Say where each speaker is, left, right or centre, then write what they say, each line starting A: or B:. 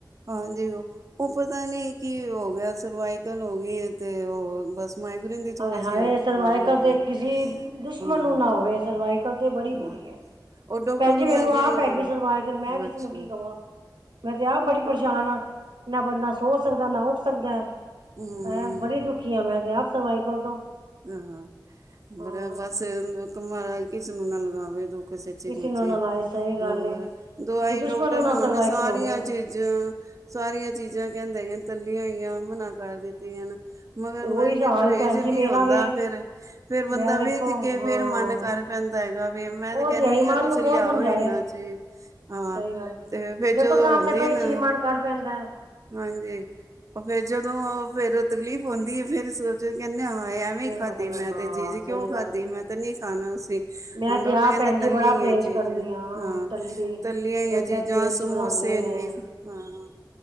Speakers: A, on the right; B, on the right.
A: ਹਾਂਜੀਵ <unintelligible> ਔ ਪਤਾ ਨੀ ਕਿ ਹੋ ਗਿਆ ਸਰਵਾਈਕਲ ਹੋ ਗਈ ਤੇ ਔਹ ਬਸ ਮਾਈਗ੍ਰੇਨ ਦੀ
B: ਆਏ
A: ਥੋੜ੍ਹੀ ਜਿਹੀ
B: -ਹਾਏ ਸਰਵਾਈਕਲ
A: ਪ੍ਰੋਬਲਮ
B: ਤੇ
A: ਹੈ
B: ਕਿਸੇ ਦੁਸ਼ਮਣ
A: ਹਾਂ
B: ਨੂੰ ਨਾ ਹੋਵੇ। ਸਰਵਾਈ ਕਰਦੇ ਬੜੀ
A: ਹਾਂ
B: ਬੁਰੀ ਏ,
A: ਉਹ ਡਾਕਟਰ
B: ਭੈਣ ਜੀ
A: ਕੋਲ
B: ਮੈਨੂੰ
A: ਮੈਂ
B: ਆਪ
A: ਗਈ
B: ਪੈ ਗੀ ਸਰਵਾਇਕਲ ਮੈਂ ਕਿਸੇ
A: ਅੱਛਾ
B: ਨੂੰ ਕੀ ਕਵਾਂ। ਮੈਂ ਤੇ ਆਪ ਬੜੀ ਪਰੇਸ਼ਾਨ ਆਂ, ਨਾ ਬੰਦਾ ਸੋ ਸਕਦਾ, ਨਾ ਉੱਠ ਸਕਦਾ ਹੈਂ।
A: ਹਮ
B: ਬੜੀ ਦੁਖੀ ਆ ਮੈਂ ਤੇ ਆਪ ਸਵਾਈ ਕੋਲ ਤੋਂ
A: ਅਹਹ,
B: ਹਾਂ
A: ਬੜਾ ਬਸ ਮਾਰਾਜ ਕਿਸੇ ਨੂੰ ਨਾ ਲਗਾਵੇ ਦੁ ਸਚੇ
B: ਕਿਸੇ
A: ਮੁਚੇ
B: ਨੂੰ ਨਾ ਲਾਏ ਸਹੀ
A: <unintelligible>
B: ਗੱਲ
A: ਹੋਰ
B: ਏ। ਕਿਸੇ
A: ਦਵਾਈ
B: ਦੁਸ਼ਮਣ
A: ਡਾਕਟਰ
B: ਨੂੰ ਨਾ
A: ਨੇ ਹੁਣ
B: ਸਰਵਾਈਕਲ
A: ਸਾਰੀਆਂ
B: ਹੋਵੇ
A: ਚ ਚ ਸਾਰੀਆਂ ਚੀਜ਼ਾਂ ਕੈਂਦੇ ਨੇ ਤੱਲੀਆਂ ਹੀਈਆਂ। ਮਨਾ ਕਰ ਦਿੱਤੀਆਂ ਨੇ ਮਗਰ
B: ਤੇ
A: ਮਰ
B: ਉਹੀ
A: ਗਿਆ
B: ਹਾਲ
A: ਪਰੇਜ
B: ਭੈਣ ਜੀ
A: ਨੀ
B: ਮੇਰਾ
A: ਆਉਂ
B: ਵੇ।
A: ਦਾ ਫੇਰ, ਫੇਰ ਬੰਦਾ
B: ਮੈਂ ਦੇਖੋ
A: ਵੇਖ ਕੇ
B: ਹਾਂ
A: ਫੇਰ ਮਨ ਕਰ ਪੈਂਦਾ ਹੈਗਾ ਵੇ, ਮੈਂ ਤੇ
B: ਉਹ
A: ਕੈਂਨੀ
B: ਹੈ ਹੀ
A: ਆ
B: ਮਨ
A: ਤੁਸੀਂ
B: ਨੂੰ ਕੌਣ
A: ਲਿਆਔ
B: ਸਮਝਾਏ
A: ਇਨਾ
B: ਹੁਣ।
A: ਚਿ- ਹਾਂ
B: ਸਹੀ ਗੱਲ ਹੈ
A: ਤੇ ਫੇਰ
B: ਦੇਖੋ
A: ਜਦੋਂ
B: ਸਾਹਮਣੇ
A: ਹੋਂਦੀ
B: ਪਈ
A: ਏ ਨਾ
B: ਚੀਜ਼ ਮਨ ਕਰ ਪੈਂਦਾ
A: ਹਾਂਜੀ, ਔ ਫੇਰ ਜਦੋਂ ਔ ਫੇਰ ਤਕਲੀਫ਼ ਹੋਂਦੀ ਏ, ਫੇਰ ਸੋਚਦੀ ਕੈਂਨੀ ਹਾ ਏਵ
B: ਫੇਰ
A: ਵੇ ਖਾਧੀ
B: ਪਤਾ ਲੱਗ
A: ਮੈਂ
B: ਹਾਂ
A: ਤੇ ਚੀਜ਼
B: ਸਹੀ
A: ਕਿਉਂ ਖਾਦੀ,
B: ਗੱਲ ਹੈ
A: ਮੈਂ ਤੇ ਨਹੀਂ ਖਾਣਾ ਸੀਂ,
B: ਮੈਂ
A: ਹੁਣ
B: ਤੇ
A: ਡਾਕਟਰ
B: ਆਪ
A: ਕੈਂਦੇ
B: ਭੈਣ ਜੀ
A: ਤੱਲੀ
B: ਬੜਾ ਪਰਹੇਜ਼
A: ਚੀ
B: ਕਰਨੀ
A: ਜਾਂ,
B: ਆ
A: ਹਾਂ
B: ਤੱਲੀ
A: ਤੱਲੀਆਂਈ
B: ਗੰਦੇ
A: ਐ ਚੀਜ਼ਾਂ
B: ਤੇਲ
A: ਸਮੋਸੇ
B: ਚ ਬਣਾਉਂਦੇ ਨੇ
A: ਏਨੇ ਹਾਂ